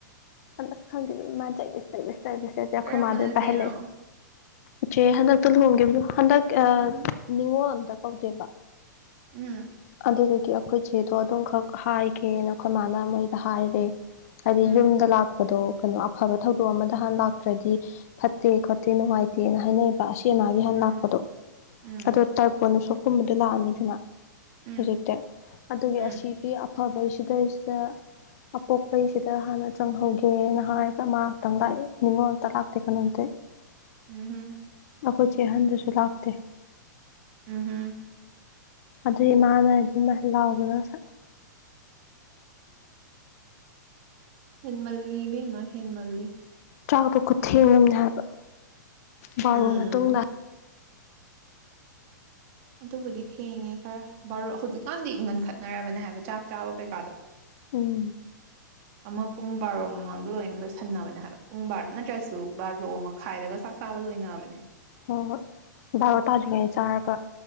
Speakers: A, on the left; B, on the right.
A: ꯑꯁ ꯈꯪꯗꯦꯥꯟ ꯆꯁꯇꯕꯤꯁ ꯇꯔꯁꯁꯦ ꯑꯩꯈꯣꯏ
B: ꯀꯔꯝꯕꯅ
A: ꯃꯥꯗ
B: ꯆꯦꯅꯣ
A: ꯄꯥꯏꯍꯜꯂꯦ ꯏꯆꯦ ꯍꯟꯗꯛꯇꯨ ꯂꯨꯍꯣꯡꯈꯤꯕꯗꯨ ꯍꯟꯗꯛ
B: ꯎꯝ
A: ꯅꯤꯉꯣꯜ ꯑꯝꯇ ꯀꯧꯗꯦꯕ
B: ꯎꯝ
A: ꯑꯗꯨꯗꯒꯤ ꯑꯩꯈꯣꯏꯆꯦꯗꯣ ꯑꯗꯨꯝꯈꯛ ꯍꯥꯏꯒꯦꯅ ꯑꯩꯈꯣꯏ ꯃꯥꯅ ꯃꯣꯏꯗ ꯍꯥꯏꯔꯦ ꯍꯥꯏꯗꯤ
B: ꯎꯝ
A: ꯌꯨꯝꯗ ꯂꯥꯛ ꯗꯣ ꯀꯩꯅꯣ ꯑꯐꯕ ꯊꯧꯗꯣꯛ ꯑꯃꯗ ꯍꯥꯟ ꯂꯥꯛꯇ꯭ꯔꯗꯤ ꯐꯠꯇꯦ ꯈꯣꯠꯇꯦ ꯅꯨꯡꯉꯥꯏꯇꯦꯅ ꯍꯥꯏꯅꯩꯌꯦꯕ ꯑ ꯆꯦꯅꯥꯒꯤ ꯍꯥꯟꯅ
B: ꯎꯝ
A: ꯂꯥꯛꯄꯗꯣ
B: ꯎꯝ
A: ꯑꯗꯣ ꯇꯔꯄꯣꯟꯅ ꯁꯣꯞꯀꯨꯝꯕꯗꯣ ꯂꯥꯛꯑꯅꯤꯗꯅ
B: ꯎꯝ ꯎꯝ
A: ꯍꯧꯖꯤꯛꯇꯤ ꯑꯗꯨꯒꯤ
B: ꯎꯝ
A: ꯑꯁꯤꯒꯤ ꯑꯐꯕ ꯁꯤꯗꯩꯁꯤꯗ ꯑꯄꯣꯛꯄꯩꯁꯤꯗ ꯍꯥꯟꯅ ꯆꯪꯍꯧꯒꯦꯅ ꯍꯥꯏꯔꯒ ꯃꯥ ꯈꯇꯪ ꯂꯥꯛꯑꯦ ꯅꯤꯉꯣꯜ ꯑꯝꯇ ꯂꯥꯛꯇꯦ ꯀꯩꯅꯣꯝꯗꯤ ꯑꯩꯈꯣꯏꯆꯦ
B: ꯎꯝꯍꯨꯝ
A: ꯑꯍꯟꯗꯨꯁꯨ ꯂꯥꯛꯇꯦ
B: ꯎꯝ ꯎꯝ
A: ꯑꯗꯨꯒꯤ ꯃꯥꯅ ꯑꯗꯨꯝ ꯂꯥꯎꯕꯗ ꯁ
B: ꯍꯃꯜꯂꯤ ꯦꯝꯃ ꯍꯃꯜꯂꯤ
A: ꯆꯥꯛꯇꯨ ꯈꯨꯠꯊꯦꯝꯉꯝꯅꯦ ꯍꯥꯏꯕ ꯕꯥꯔꯨꯔꯕ
B: ꯎꯝ
A: ꯃꯇꯨꯡꯗ
B: ꯑꯗꯨꯕꯨꯗꯤ ꯊꯦꯡꯉꯦ ꯈꯔ ꯕꯥꯔꯣ ꯍꯧꯖꯤꯛꯀꯥꯟꯗꯤ ꯏꯪꯈꯟ ꯈꯠꯅꯔꯕꯅꯦ ꯍꯥꯏꯕ ꯆꯥꯛ ꯆꯥꯕ ꯀꯩꯀꯥꯗꯣ
A: ꯎꯝ
B: ꯑꯃ ꯄꯨꯡ ꯕꯥꯔꯣ ꯃꯃꯥꯡꯗ ꯂꯣꯏꯅ ꯂꯣꯏꯁꯟꯅꯕꯅꯦ ꯍꯥꯏꯕ ꯄꯨꯡ ꯕꯥꯔꯣ ꯅꯠꯇ꯭ꯔꯁꯨ ꯕꯥꯔꯣ ꯑꯃꯥꯏꯗꯒ ꯆꯕ ꯂꯣꯏꯕꯅꯦ
A: ꯍꯣꯏ ꯍꯣꯏ ꯚꯔꯣ ꯇꯥꯗ꯭ꯔꯤꯉꯩ ꯆꯥꯔꯒ